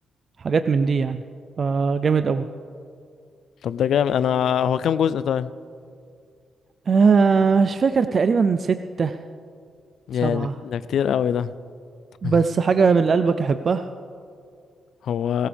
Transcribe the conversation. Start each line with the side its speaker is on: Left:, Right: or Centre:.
Right: حاجات من دي يعني فجامد قوي
Left: طب ده جامد انا هو كام جزء طيب
Right: آه مش فاكر تقريبا ستة
Left: يا
Right: سبعة
Left: ده ده كتير قوي ده
Right: بس
Left: <laughs>
Right: حاجة من اللي قلبك أحبها
Left: هو